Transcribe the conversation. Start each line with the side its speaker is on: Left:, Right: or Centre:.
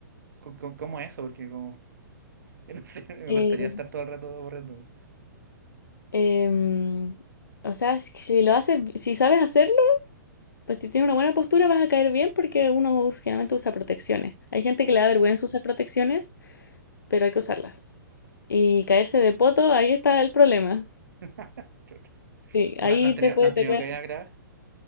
Right: co- co- ¿Cómo, es eso? Porque como... <laughs> Yo no sé, me
Left: Eh,
Right: gustaría estar todo el rato borrando.
Left: em, o sea, si si lo haces, si sabes hacerlo, pues si tienes una buena postura vas a caer bien porque uno us- generalmente usa protecciones. Hay gente
Right: Mm.
Left: que le da vergüenza usar protecciones, pero hay que usarlas. Y caerse de poto, ahí está el problema.
Right: <laughs> Chuta.
Left: Sí,
Right: Pero
Left: ahí
Right: no, no has tenido,
Left: te puede,
Right: no has
Left: te
Right: tenido
Left: puede
Right: caídas graves.